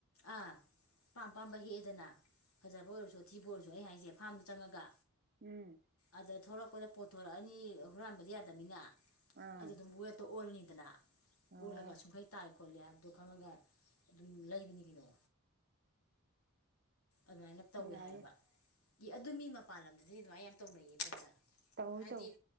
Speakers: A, on the left; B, on the right.
A: ꯑꯥ ꯑꯄꯥꯝ ꯑꯄꯥꯝꯕ ꯍꯦꯛ ꯑꯦꯗꯅ ꯐꯖꯕ ꯑꯣꯏꯔꯁꯨ ꯊꯤꯕ ꯑꯣꯏꯔꯁꯨ ꯑꯩ ꯍꯥꯏꯖꯦ ꯐꯥꯝꯗ ꯆꯪꯉꯒ
B: ꯎꯝ
A: ꯑꯗ ꯊꯣꯔꯛꯄꯗ ꯄꯣꯠꯊꯣꯔꯛꯑꯅꯤ ꯍꯨꯔꯥꯟꯕꯗꯤ ꯌꯥꯗꯝꯅꯤꯅ
B: ꯑꯥ
A: ꯑꯗꯨ ꯑꯗꯨꯝ ꯋꯦꯠꯇꯣ ꯑꯣꯜꯂꯅꯤꯗꯅ
B: ꯑꯣ
A: ꯑꯣꯜꯂꯒ ꯁꯨꯛ ꯈꯩ ꯇꯥꯏ ꯈꯣꯠꯂꯦ ꯍꯥꯏꯕꯗꯣ ꯈꯪꯉꯒ ꯑꯗꯨꯝ ꯂꯩꯕꯅꯤ ꯀꯩꯅꯣ ꯑꯗꯨꯃꯥꯏꯅ ꯇꯧꯋꯦ
B: ꯌꯥꯏꯌꯦ
A: ꯍꯥꯏꯌꯦꯕ ꯒꯤ ꯑꯗꯣ ꯃꯤ ꯃꯄꯥꯟ ꯂꯝꯗꯗꯤ ꯑꯗꯨꯃꯥꯏ ꯌꯥꯝ ꯇꯧꯅꯩꯌꯦ ꯄ꯭ꯔꯦꯝꯆꯥ
B: ꯇꯧꯏ
A: ꯍꯥꯏꯗꯤ
B: ꯇꯧꯏ